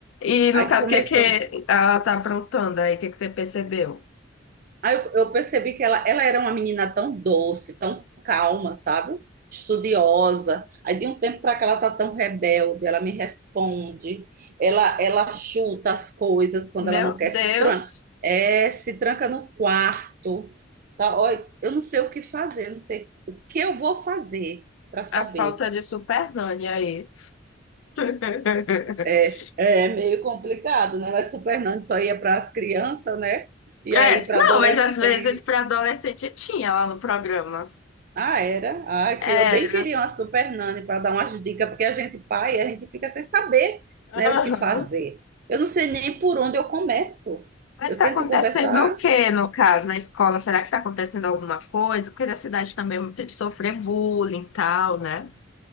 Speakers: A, on the left; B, on the right.
A: E
B: Aí
A: no caso,
B: começou.
A: o que, que ela tá aprontando aí? O que, que você percebeu?
B: Aí eu, eu percebi que ela, ela era uma menina tão doce, tão calma, sabe? Estudiosa. Aí de um tempo para cá ela tá tão rebelde, ela me responde, ela, ela chuta as coisas quando
A: Meu
B: ela não quer,
A: Deus,
B: se tranca, é, se tranca no quarto. Tá? Olha, eu não sei o que fazer, eu não sei o que eu vou fazer para saber.
A: a falta de supernanny aí. <laughs>
B: É, é meio complicado, né? Mas o Nando só ia para as crianças, né? E
A: É,
B: aí para
A: não,
B: adolescente.
A: mas às vezes para adolescente tinha lá no programa.
B: Ah, era? Ah,
A: Era.
B: que eu bem queria uma super nani para dar umas dicas, porque a gente, pai, a gente fica sem saber,
A: Aham.
B: né, o que fazer. Eu não sei nem por onde eu começo.
A: Mas
B: Eu
A: está
B: tento
A: acontecendo
B: conversar,
A: o que no caso, na escola? Será que está acontecendo alguma coisa? Porque na cidade também é muito de sofrer bullying e tal, né?